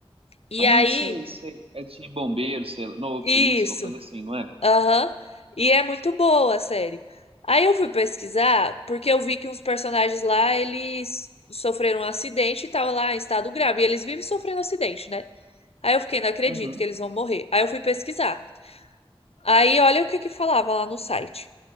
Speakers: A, on the left; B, on the right.
A: E
B: Ah,
A: aí,
B: sei, sei. É de bombeiro, sei lá. Não,
A: isso.
B: polícia, uma coisa assim, não é?
A: Aham. E é muito boa a série. Aí eu fui pesquisar, porque eu vi que uns personagens lá, eles sofreram um acidente e tava lá em estado grave. E eles vivem sofrendo acidente, né? Aí eu fiquei, não acredito
B: Uhum.
A: que eles vão morrer. Aí eu fui pesquisar. Aí olha o que que falava lá no site.